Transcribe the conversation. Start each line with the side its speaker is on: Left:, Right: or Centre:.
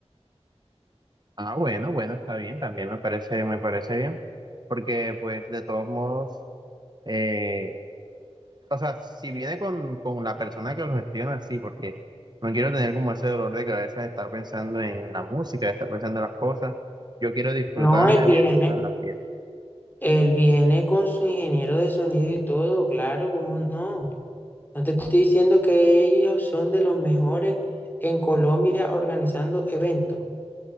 Right: Ah, bueno, bueno, está bien, también me parece, me parece bien, porque pues de todos modos, eh, o sea, si viene con, con la persona que los gestiona, sí, porque no quiero tener como ese dolor de cabeza de estar pensando en la música, de estar pensando en las cosas, yo quiero disfrutarme
Left: No, él
Right: a
Left: viene,
Right: mi hermana en la fiesta.
Left: él viene con su ingeniero de sonido y todo, claro, ¿cómo no? No te estoy diciendo que ellos son de los mejores en Colombia organizando eventos.